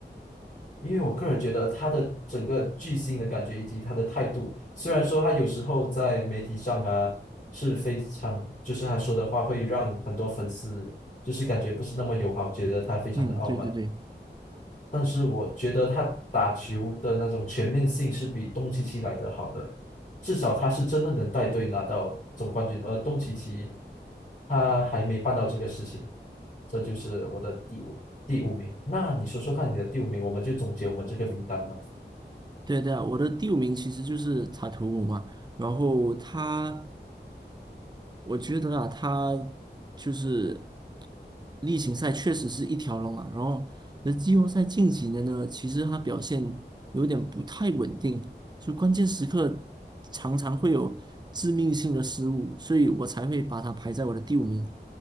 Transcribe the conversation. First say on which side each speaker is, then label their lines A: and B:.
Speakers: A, on the left (about 40°); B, on the right (about 25°).
A: 因为我个人觉得他的整个巨星的感觉以及他的态度，虽然说他有时候在媒体上啊是非常，就是他说的话会让很多粉丝就是感觉不是那么友好，觉得他非常的傲慢。
B: 嗯，对对对，
A: 但是我觉得他打球的那种全面性是比东契奇来的好的，至少他是真的能带队拿到总冠军，而东契奇他还没办到这个事情，这就是我的第五第五名。那你说说看你的第五名，我们就总结我们这个名单吧。
B: 对啊对啊，我的第五名其实就是塔图姆嘛。然后他我觉得啊，他就是例行赛确实是一条龙啊，然后那季后赛近几年呢，其实他表现有点不太稳定，就关键时刻常常会有致命性的失误，所以我才会把他排在我的第五名。